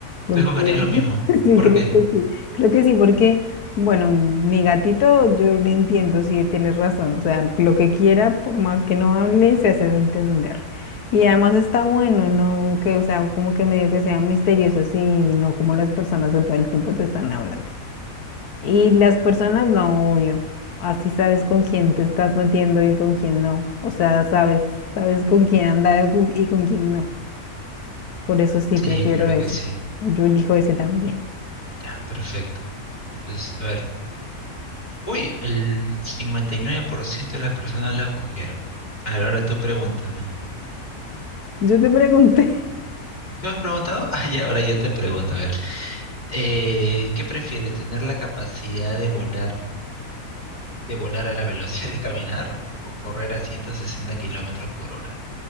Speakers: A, on the left (about 85°); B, on the left (about 30°).
A: Porque
B: ¿Tú escogerías lo mismo?
A: <laughs> sí,
B: ¿Por
A: creo
B: qué?
A: que sí, creo que sí, porque, bueno, mi gatito, yo le entiendo, sí, tienes razón, o sea, lo que quiera, por más que no hable, se hace entender. Y además está bueno, ¿no? Que, o sea, como que medio que sean misteriosos y no como las personas de todo el tiempo te están hablando. Y las personas, no, obvio, así sabes con quién te estás metiendo y con quién no, o sea, sabes, sabes con quién andar y con y con quién no. Por eso sí,
B: Sí,
A: prefiero
B: claro
A: ese.
B: que sí.
A: Yo elijo ese también.
B: Ya, perfecto. Entonces, a ver. Uy, el 59% de las personas la escogieron. A ver, ahora tú pregúntame.
A: Yo te pregunté,
B: ¿Qué me has preguntado? <laughs> Ah, ya, ahora yo te pregunto. A ver, eh, ¿qué prefieres? ¿Tener la capacidad de volar, de volar a la velocidad de caminar o correr a 160 kilómetros por hora?